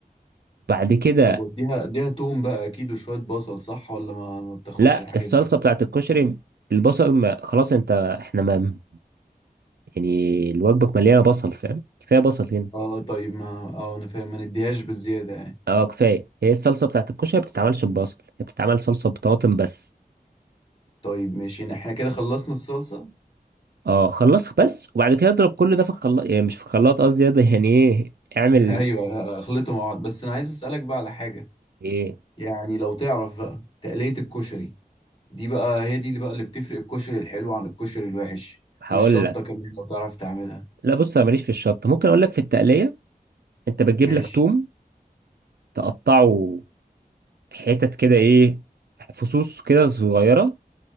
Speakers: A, on the right (about 80°); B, on the left (about 30°).
A: بعد كده
B: طب واديها اديها توم بقى اكيد وشوية بصل صح ولا ما, ما بتاخدش
A: لا
B: الحاجات
A: الصلصة
B: دي
A: بتاعت الكشري البصل ما خلاص انت احنا ما يعني الوجبة مليانة بصل فاهم كفاية بصل هنا
B: اه طيب ما اه انا فاهم ما نديهاش بالزيادة يعني
A: اه كفاية هي الصلصة بتاعت الكشري ما بتتعملش ببصل هي بتتعمل صلصة بطماطم بس
B: طيب ماشي يعني احنا كده خلصنا الصلصة
A: اه خلص بس وبعد كده اضرب كل ده في الخلاط يعني مش في الخلاط قصدي ده يعني ايه اعمل
B: <laughs> ايوه خلطوا مع بعض بس انا عايز اسألك بقى على حاجة
A: ايه
B: يعني لو تعرف بقى تقلية الكشري دي بقى هي دي اللي بقى اللي بتفرق الكشري الحلو عن الكشري الوحش
A: هقول
B: والشطة
A: لك
B: كمان لو تعرف تعملها
A: لا بص انا ماليش في الشط ممكن اقول لك في التقليه انت بتجيب
B: ماشي
A: لك توم تقطعه حتت كده ايه فصوص كده صغيره